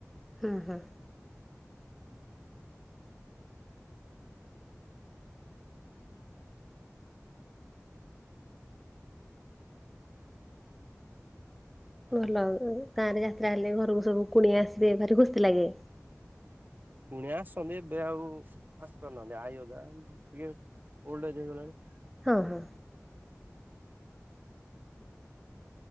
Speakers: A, in the centre; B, on the right (about 35°).
A: ହୁଁ ହଁ।
B: ଆଉ
A: ଭଲ ଗାଁ ରେ ଯାତା ତାହେଲେ ଘରକୁ ସବୁ କୁଣି ଆସିବେ ଭାରି ଖୁସି ଲାଗେ
B: ପୁଣି ଆସିଛନ୍ତି ଏବେ ଆଉ ଆସିପାରୁନାହାନ୍ତି ଆଇା ଟିକେ ହେଇଗଲାଣି
A: ହଁ ହଁ